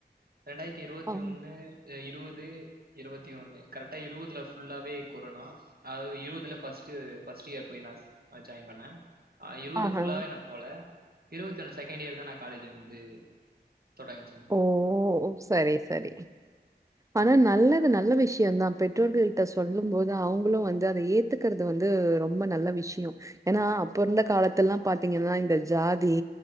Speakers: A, on the right; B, on the right.
A: ரெண்டாயிரத்தி இருவத்தி
B: ஆம்.
A: ஒன்னு இருவது இருவத்தி ஒண்ணு கரெக்டா இருவதுல ஃபுல்லாவே கொறோணா ஆவது இருபதுல ஃபஸ்ட்டு பஸ்ட் இயர் போய் நா ஜாயின் பண்ண இருவது
B: ஆஹா.
A: புல்லாவ நா போல இருபத்தொன்னு செகண்ட் இயர் தா நா காலேஜ் வந்து தொடங்கிச்சே
B: ஓ சரி சரி ஆனா நல்லது நல்ல விஷயோதா பெற்றோர்கள்ட்ட சொல்லு போது அவங்களு வந்து அத ஏ த்துக்குறது வந்து ரொம்ப நல்ல விஷயோ ஏனா அப்ப இருந்த காலதெல்லா பாத்தீங்கன்னா இந்த ஜாதி